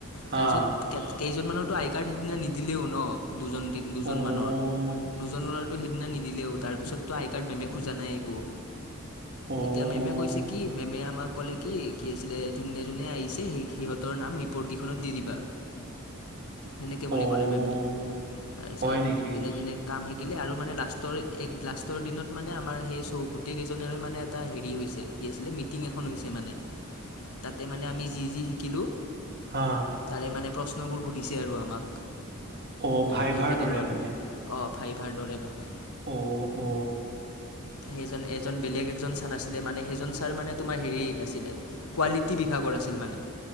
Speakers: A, on the right (about 50°); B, on the left (about 80°).
A: হা
B: তাৰপিছত কেইজনমানৰ আই কাৰ্ড সিদিনা নিদিলেও ন দুজন তি দুজন
A: অ'
B: মৰ দুজননৰ সেইদিনা নিদিলেও তাৰ পিছতো আই কাৰ্ড মেমে খোজা নাই একো
A: অ'
B: এতিয়া মেমে কৈছে কি মেমে আমাক ক'লে কি, কি আছিলে যোনে, যোনে আহিছে স সিহঁতৰ নাম ৰিপৰ্ট কেইখনত দি দিবা সেনেকে বুলি
A: অ'
B: ক'লে মেমে তাৰপিছত
A: হয় নেকি
B: যোনে যোনে কাম দিলে আৰু মানে লাষ্টৰ এক লাষ্টৰ দিনত মানে আমাৰ সেই। গোটেই কেইজনেৰে মানে এটা হেৰি হৈছে কি আছিলে মিটিং এখন হৈছে মানে। তাতে মানে আমি যি যি শিকিলোঁ।
A: হা
B: তাৰে মানে প্ৰশ্নবোৰ সুধিছে আৰু আমাক।
A: অ ভাইভাৰ
B: সেইকেইদিনত
A: দৰে মানে।
B: অঁ ভাইভাৰ দৰে মানে।
A: অ অ।
B: সেইজন এজন বেলেগ এজন ছাৰ আছিলে মানে সেইজন ছাৰ মানে তোমাৰ হেৰি আছিলে কোৱালিটি বিভাগৰ। <unintelligible>